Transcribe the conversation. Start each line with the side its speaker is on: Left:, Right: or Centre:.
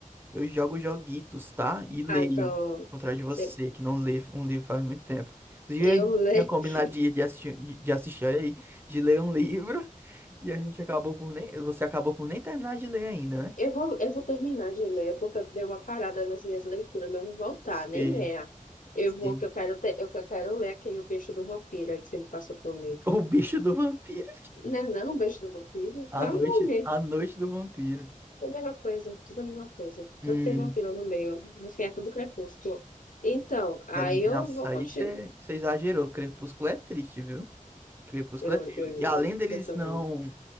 Right: Eu jogo joguitos, tá? E leio.
Left: Ah, então,
Right: Ao contrário de você,
Left: você-
Right: que não lê um livro faz muito tempo. Inclusive,
Left: eu
Right: a gente
Left: lembro.
Right: tinha combinado de, de assistir, de, de assistir, olha aí, de ler um livro. E a gente acabou por nem. Você acabou por nem terminar de ler ainda, né?
Left: Eu vou, eu vou terminar de ler, porque eu dei uma parada nas minhas leituras, mas eu vou voltar,
Right: Sei,
Left: nem venha. Eu
Right: sei.
Left: vou, que eu
Right: <laughs>
Left: quero, ter, eu, que eu quero ler aquele O Beijo do Vampiro aí que você me passou pra eu ler.
Right: O bicho do vampiro.
Left: Não é não, O Beijo do Vampiro?
Right: A
Left: Qual
Right: noite,
Left: é o nome?
Right: a noite do vampiro.
Left: É a mesma coisa, tudo é a mesma coisa.
Right: Hum,
Left: Tudo tem vampiro no meio, no fim é tudo crepúsculo. Então, aí
Right: é- nossa,
Left: eu vou
Right: aí
Left: continuar.
Right: você exagerou. Crepúsculo é triste, viu? Crepúsculo
Left: Eu,
Right: é triste.
Left: eu,
Right: E além deles
Left: eu também.
Right: não,